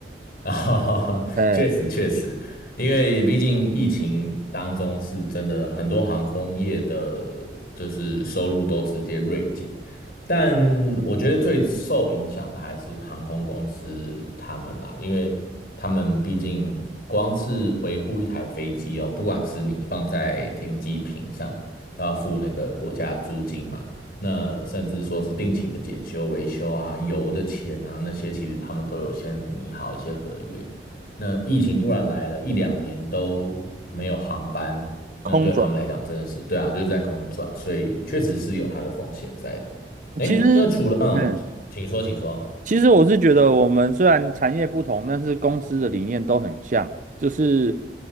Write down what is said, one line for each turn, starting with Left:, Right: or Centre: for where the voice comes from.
Left: 啊，<laughs>
Right: 嗯，
Left: 确实确实，因为毕竟疫情当中是真的很多航空业的，就是收入都直接锐减，但我觉得最受影响的还是航空公司他们啦，因为他们毕竟光是维护一台飞机哦，不管是你放在停机坪上，都要付那个国家的租金嘛，那甚至说是定期的检修、维修啊、油的钱啊那些，其实他们都有先拟好一些合约。那疫情突然来了一两年都没有航班，
Right: 空转，
Left: 那对他们来讲真的是，对啊，就是在空转，所以确实是有它的风险在的。
Right: 其实。
Left: 哎，那除了嗯请说，
Right: 嘿，
Left: 请说。
Right: 其实我是觉得，我们虽然产业不同，但是公司的理念都很像，就是